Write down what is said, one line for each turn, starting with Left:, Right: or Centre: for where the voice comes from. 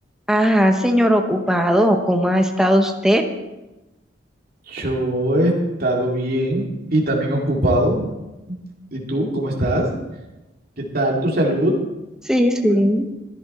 Centre: Ajá, señor ocupado, ¿cómo ha estado usted?
Right: Yo he estado bien y también ocupado. ¿Y tú, cómo estás? ¿Qué tal tu salud?
Centre: Sí, sí.